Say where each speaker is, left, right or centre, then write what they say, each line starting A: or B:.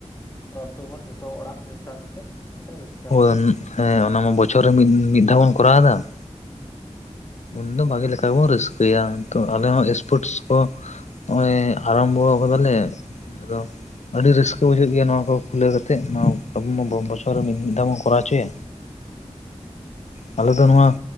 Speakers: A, on the left; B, on the left.
A: ᱛᱚ ᱡᱚᱛᱚ ᱦᱚᱲ ᱡᱚᱛᱚ ᱚᱲᱟᱜ ᱢᱮᱥᱟ ᱠᱟᱛᱮ ᱢᱤᱫᱴᱟᱱ ᱨᱟᱹᱥᱠ ᱾
B: ᱦᱳᱭ, ᱦᱮᱸ ᱾ ᱚᱱᱟ ᱢᱟ ᱵᱚᱪᱷᱚᱨ ᱨᱮ ᱢᱤᱫ ᱫᱷᱟᱣ ᱵᱚᱱ ᱠᱚᱨᱟᱣ ᱫᱟ ᱾
A: ᱦᱩᱸ ᱾
B: ᱩᱱ ᱫᱚ ᱵᱷᱟᱜᱮ ᱞᱮᱠᱟᱵᱚᱱ ᱨᱟᱹᱥᱠᱟᱹᱭᱟ ᱛᱚ ᱟᱞᱮ ᱦᱚᱸ ᱥᱯᱳᱨᱴᱥ ᱠᱚᱼᱼ ᱱᱚᱜᱚᱭ ᱟᱨᱟᱢᱵᱷᱚ ᱠᱟᱫᱟᱞᱮ ᱟᱫᱚᱼᱼ ᱟᱹᱰᱤ ᱨᱟᱹᱥᱠᱟᱹ ᱵᱩᱡᱷᱟᱹᱜ ᱜᱮᱭᱟ ᱱᱚᱣᱟ ᱠᱚ ᱠᱷᱩᱞᱟᱹᱣ ᱠᱟᱛᱮᱫ ᱱᱚᱣᱟ ᱟᱵ ᱵᱚᱪᱷᱚᱨ ᱨᱮ ᱢᱤᱫ ᱫᱷᱟᱣ ᱵᱚᱱ ᱠᱚᱨᱟᱣ ᱦᱚᱪᱚᱭᱟ᱾
A: ᱦᱮᱸ <unintelligible>
B: ᱟᱞᱮ ᱫᱚ ᱱᱚᱣᱟᱼᱼ